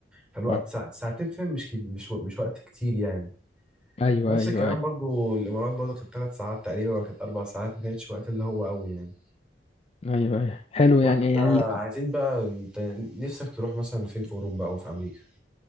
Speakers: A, in the centre; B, on the left (about 35°).
A: فالوقت
B: اه
A: ساع- ساعتين فاهم مش كي- مش و- مش وقت كتير يعني
B: ايوه
A: نفس
B: ايوه
A: الكلام
B: ايوه
A: برضو الإمارات برضو كانت ثلاث ساعات تقريبا ولا كانت أربع ساعات ما كانتش وقت اللي هو قوي يعني
B: ايوه ايوه حلو
A: واحد
B: يعني
A: بقى
B: يعني الات-
A: عايزين بقى أنت نفسك تروح مثلا فين في أوروبا أو في أمريكا